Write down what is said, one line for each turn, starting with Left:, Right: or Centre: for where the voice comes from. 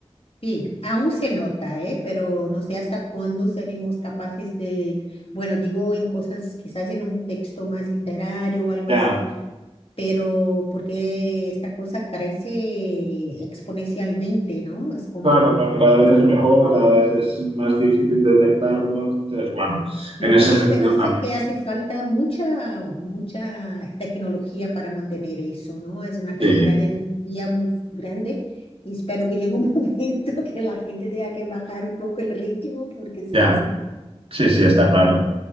Left: Sí, aún se nota, ¿eh? Pero no sé hasta cuándo seremos capaces de, bueno, digo en cosas, quizás en un texto más literario o algo
Right: Ya,
Left: así pero porque esta cosa crece exponencialmente, ¿no? Es como,
Right: claro, claro, cada vez es mejor, cada vez es más difícil detectarlo, entonces, bueno. Bueno,
Left: mi
Right: en
Left: única
Right: ese
Left: esperanza
Right: sentido también.
Left: es que hace falta mucha, mucha tecnología para mantener eso, ¿no? Es una cantidad
Right: Sí,
Left: de energía muy grande y espero que llegue un <laughs> momento que la gente tenga que bajar un poco el ritmo porque si
Right: ya,
Left: no,
Right: sí, sí, está claro.